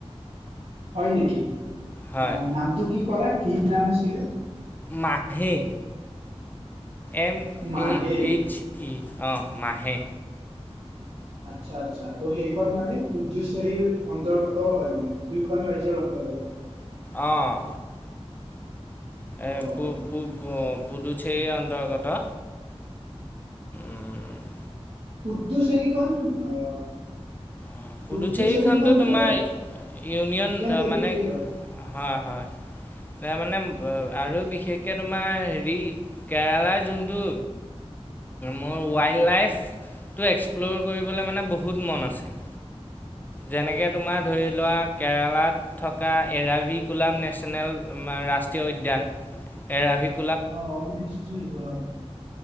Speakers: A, on the right (about 85°); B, on the left (about 15°).
A: হয় নেকি?
B: হয়
A: অঁ নামটো কি কলা কি নাম আছিল। ছিলে
B: মাহি এম
A: মাঘে
B: এ এইচ ই অঁ মাহে
A: আচ্ছা আচ্ছা ত' সেইখন মানে পুডুচ্বেৰীৰ অন্তৰ্গত হয় মানে দুইখন ৰাজ্যৰ অন্তৰ্গত
B: অঁ
A: অ'
B: এ পূব পূব অ পুডুচেৰী অন্তৰ্গত আৰু
A: পুডুচেৰিখন আহ
B: অঁ পুডুচেৰীখনতো
A: পুডুচেৰীখন
B: তোমাৰ
A: আহ
B: ইউনিয়ন
A: টেৰিটৰী
B: মানে
A: হয়।
B: হয় হয় তাৰ মানে
A: আচ্ছা
B: আৰু
A: আচ্ছা
B: বিশেষকে তোমাৰ হেৰি কেৰালাৰ যোনটো মোৰ ৱাইল্ড লাইফ টো এক্সপ্ল'ৰ কৰিবলৈ মানে বহুত মন আছে। যেনেকৈ তোমাৰ
A: আচ্ছা
B: ধৰি
A: আচ্ছা
B: লোৱা কেৰেলাত থকা এৰাভিকুলাম নেশ্যনেল ৰাষ্ট্ৰীয় উদ্যান এৰাভিকু
A: অ' খুুলি কোনো নাই।